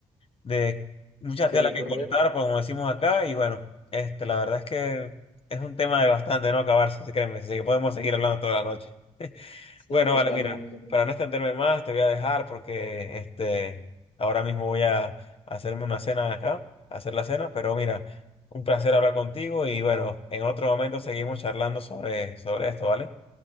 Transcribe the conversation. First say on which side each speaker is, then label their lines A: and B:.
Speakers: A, on the left; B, on the left.
A: De mucha
B: que
A: tela
B: recorrer,
A: que cortar, pues, como decimos acá. Y bueno, este, la verdad es que es un tema de bastante no acabarse, créeme, así que podemos seguir hablando toda la noche.
B: sí,
A: Bueno,
B: totalmente.
A: vale, mira, para no extenderme más, te voy a dejar porque este, ahora mismo voy a hacerme una cena acá, a hacer la cena, pero mira, un placer hablar contigo y bueno, en otro momento seguimos charlando sobre, sobre esto, ¿vale?